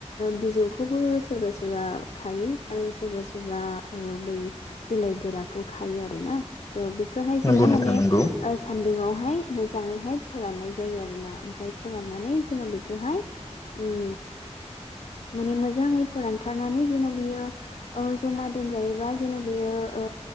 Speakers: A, on the left; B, on the left.
A: बिजौखौबो सोरबा सोरबा खायो आरो सोरबा सोरबा ओक्षबै बिलाइ गोराखौ खायो आरो ना थ' बेखौहाय
B: नंगौ
A: जोङो
B: नोंथां
A: माने
B: नंगौ
A: सान्दुुंङावहाय मोजाङैहाय फाननाय जायो आरो ना ओमफ्राय फोरान नानै जोङो बेखौहाय उम माने मोजाङै फोरानथारनानै जेन' बियो ओ जमा दोनजायोबा जेन' बेयो ओ